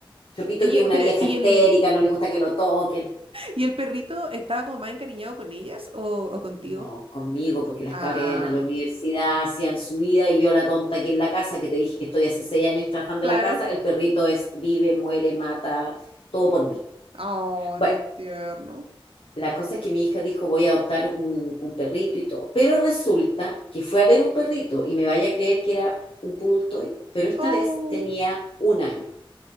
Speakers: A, on the left; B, on the right.
A: Chopito
B: Y-
A: que es
B: eh,
A: una
B: pero,
A: vieja
B: ¿y
A: histérica,
B: el,
A: no le gusta que lo toquen.
B: y el perrito estaba como más encariñado con ellas o, o contigo?
A: No, conmigo, porque las
B: Ah,
A: cabras iban a la universidad, hacían su vida, y yo la tonta aquí en la casa, que te dije que estoy hace seis años trabajando
B: claro.
A: en la casa, el perrito es vive, muere, mata, todo por mí.
B: Oh,
A: Bueno,
B: qué tierno.
A: la cosa es que mi hija dijo voy a adoptar un, un perrito y todo, pero resulta que fue a ver un perrito y me vaya a creer que era un poodle toy, pero esta
B: Oh,
A: vez tenía un año,